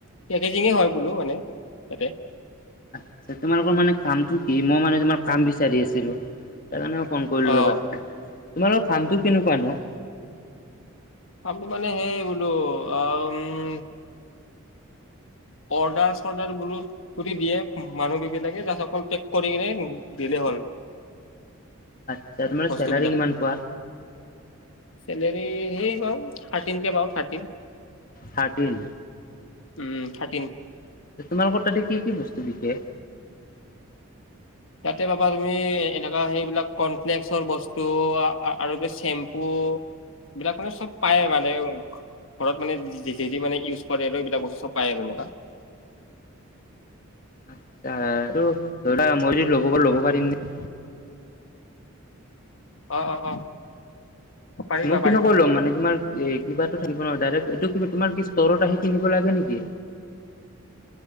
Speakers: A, on the left (about 65°); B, on the left (about 40°).
A: পেকেজিং এ হয় বোলো মানে তাতে
B: <unintelligible> তোমালোকৰ মানে কামটো কি মই মানে তোমাৰ কাম বিচাৰি আছিলো। তাৰ কাৰণে মই ফোন কৰিলো
A: অ
B: ৰ'বা তোমালোকৰ কামটো কেনেকুৱা নো।
A: আমি মানে সেই বলো অ উম! অৰ্ডাৰ চৰ্ডাৰ বোলো কৰি দিয়ে মানুহ বিলাকে <unintelligible> অকল পেক কৰি কিনে দিলে হ'ল।
B: আচ্ছা <unintelligible>
A: বস্তু
B: চেলাৰী কিমান পোৱা?
A: চেলেৰী সেই পাওঁ থাৰ্টিন কে পাওঁ থাৰ্টিন।
B: থাৰ্টিন?
A: উম থাৰ্টিন।
B: তোমালোকৰ তাতে কি কি বস্তু বিকে?
A: তাতে পাবা তুমি এনেকুৱা সেইবিলাক কৰ্ণফ্লেক্সৰ বস্তু আৰু <unintelligible> চেম্পু। এইবিলাক মানে চব পায় মানে ঘৰত মানে যি যি <unintelligible> ইউজ কৰে আৰু <unintelligible> বস্তু চব পায় আৰু এনেকুৱা।
B: <unintelligible> ধৰা মই যদি <unintelligible> পাৰিম নে?
A: অ অ অ। পাৰিবা
B: মই
A: পাৰিবা
B: কেনেক ল'ম মানে তোমাৰ এ কিবাটো থাকিব নহয়, ডাইৰেক্ট এইটো তোমাৰ কি ষ্টৰত আহি কিনিব লাগে নিকি?